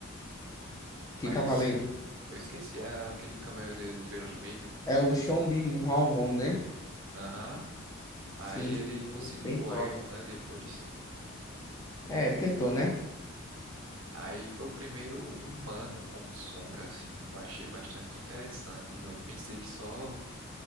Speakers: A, on the right (about 70°); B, on the left (about 15°).
A: Mas
B: De Cavaleiro.
A: Eu esqueci, é aquele Cavaleiro Vermelho.
B: É o Sean Bin Van né?
A: Aham. Aí
B: Sim,
A: ele
B: sim,
A: conseguiu
B: bem
A: o
B: forte.
A: Iron, né, depois.
B: É, tentou, né?
A: Aí foi o primeiro humano como sombra, assim. Eu achei bastante interessante. Eu pensei que só